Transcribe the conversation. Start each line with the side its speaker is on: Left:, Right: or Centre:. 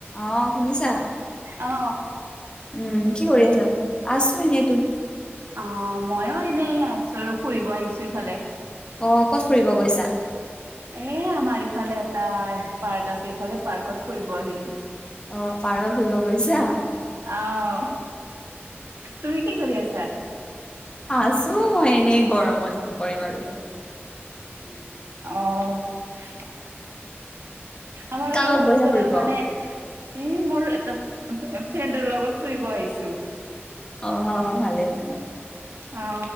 Left: অহ শুনিছা।
Right: অ।
Left: উম কি কৰি আছা আছো এনে।
Right: অ মইও এনেই আছো আৰু ফুৰিব আহিছো ইফালে।
Left: অ ক'ত ফুৰিব গৈছা।
Right: এ আমাৰ ইফালে এটা পাৰ্ক আছে ইফালে পাৰ্কত ফুৰিব আহিলো।
Left: অ পাৰকত ফুৰিব গৈছা।
Right: অ', তুমি কি কৰি আছা।
Left: আছো মই এনেই গৰমত কি কৰিম আৰু। উম <unintelligible>
Right: অ অ আমাৰ
Left: কাৰ
Right: আৰু
Left: লগত
Right: হোষ্টেলত
Left: গৈছা ফুৰিব
Right: মানে। এ মোৰ এটা ফ্ৰেণ্ডৰ লগত ফুৰিব আহিছো।
Left: অ ভালে ভালে
Right: অ